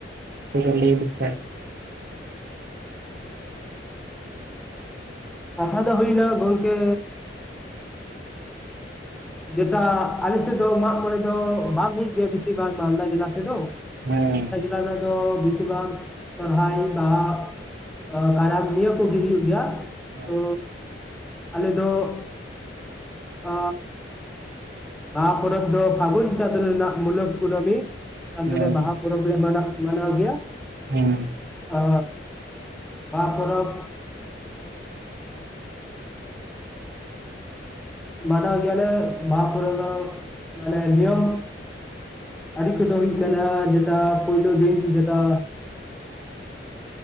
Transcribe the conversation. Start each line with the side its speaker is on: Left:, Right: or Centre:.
Right: ᱥᱤᱫᱷᱩ ᱞᱟᱹᱭ ᱞᱮᱠᱷᱟ-ᱡ
Centre: ᱠᱟᱛᱷᱟ ᱫᱚ ᱦᱩᱭᱱᱟ ᱜᱚᱝᱠᱮᱻ ᱡᱮᱴᱟ ᱟᱞᱮ ᱥᱮᱫ ᱫᱚ ᱢᱟᱜᱢᱚᱨᱮ ᱫᱚ ᱵᱟᱝ ᱦᱩᱭᱩᱜ ᱜᱮᱭᱟ ᱵᱮᱥᱤᱨ ᱵᱷᱟᱜ ᱢᱟᱞᱫᱟ ᱡᱮᱞᱟ ᱥᱮᱫ ᱫᱚ।
Right: ᱦᱮᱸ
Centre: ᱢᱟᱞᱫᱟ ᱡᱮᱞᱟ ᱨᱮᱱᱟᱜ ᱫᱚᱻ ᱵᱮᱥᱤᱨ ᱵᱷᱟᱜᱽ ᱥᱚᱨᱦᱟᱭ ᱵᱟᱻ ᱟ ᱠᱟᱨᱟᱢ ᱱᱤᱭᱟᱹ ᱠᱚ ᱜᱤ ᱦᱩᱭᱩᱜ ᱜᱮᱭᱟ।
Right: ᱦᱮᱸ
Centre: ᱛᱚᱻ ᱟᱞᱮ ᱫᱚ-ᱜ ᱟᱻ ᱵᱟᱦᱟ ᱯᱚᱨᱚᱵᱽ ᱫᱚ ᱯᱷᱟᱹᱜᱩᱱ ᱪᱟᱸᱫᱳ ᱨᱮᱱᱟᱜ ᱢᱩᱞᱚᱠ ᱠᱩᱱᱟᱹᱢᱤ, ᱪᱟᱸᱫᱳ
Right: ᱦᱮᱸ
Centre: ᱨᱮ ᱵᱟᱦᱟ ᱯᱚᱨᱚᱵᱽᱞᱮ ᱢᱟᱱᱟᱜ ᱢᱟᱱᱟᱣ ᱜᱮᱭᱟ।
Right: ᱦᱩᱸ।
Centre: ᱟᱻ ᱵᱟᱦᱟ ᱯᱚᱨᱚᱵ ᱢᱟᱱᱟᱣ ᱜᱮᱭᱟᱞᱮ, ᱵᱟᱦᱟ ᱠᱚᱨᱮ ᱢᱟᱱᱮ ᱱᱤᱭᱚᱢ ᱟᱨᱤ ᱠᱚᱫᱚ ᱦᱩᱭᱩᱜ ᱠᱟᱱᱟ, ᱡᱮᱴᱟ ᱯᱳᱭᱞᱳ ᱫᱤᱱ ᱡᱮᱴᱟ